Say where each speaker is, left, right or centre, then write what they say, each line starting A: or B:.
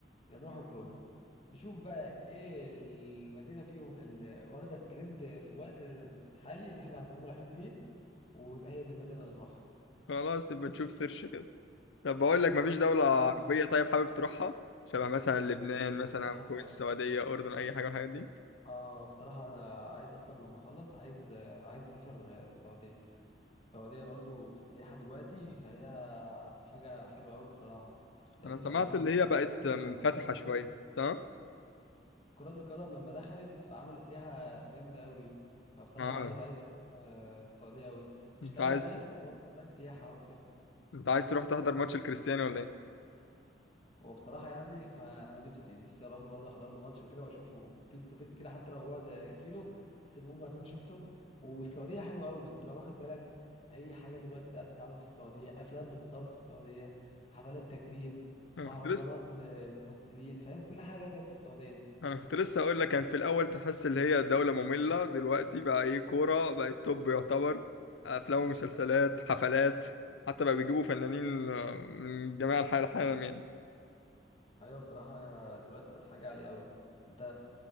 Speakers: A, on the left; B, on the left.
A: يا نروح الجونة نشوف بقى ايه المدينة فيهم اللي واخدة الترند في الوقت الحالي اللي احنا هنكون رايحين فيه ويبقى هي دي المدينة اللي نروحها
B: خلاص نبقى نشوف سيرش كده طب بقول لك مفيش دوله عربيه
A: تعرف حد
B: طيب حابب تروحها شبه مثلا لبنان
A: بس
B: مثلا
A: بصراحة
B: أو الكويت السعوديه اردن اي حاجه من الحاجات دي
A: اه بصراحة انا عايز اصلا لما اخلص عايز آه، عايز اسافر آه، السعودية السعودية برضو في السياحة دلوقتي فهي حاجة حلوة قوي بصراحة لان
B: انا سمعت
A: طبعا
B: اللي هي بقت
A: كرة القدم
B: منفتحة
A: لما دخلت
B: شوية تمام
A: كرة القدم لما دخلت فعملت سياحة جامدة قوي فبصراحة
B: اه
A: بقيت عايز اروح آه، السعودية قوي
B: انت
A: اشتغل
B: عايز
A: هناك
B: تر...
A: وبرضه فاهم سياحة بقى وكده
B: انت عايز تروح تحضر ماتش الكريستيانو ولا ايه
A: هو بصراحة يعني فأنا نفسي نفسي أروح له برضه أحضر له ماتش وكده وأشوفه فيس تو فيس كده حتى لو بعد كيلو بس المهم أكون شفته والسعودية حلوة أوي أنت لو واخد بالك أي حاجة دلوقتي بقى بتتعمل في السعودية أفلام بتتصور في السعودية حفلات تكريم
B: انا
A: مهرجانات
B: كنت لسه
A: للممثلين فاهم كل حاجة دلوقتي بقت في السعودية
B: انا كنت لسه اقول لك كان في الاول تحس اللي هي دولة مملة دلوقتي بقى ايه كورة بقت توب يعتبر افلام ومسلسلات حفلات حتى بقى بيجيبوا فنانين آه، من جميع انحاء العالم يعني
A: ايوه بصراحه يا دلوقتي بقت حاجه عاليه قوي انت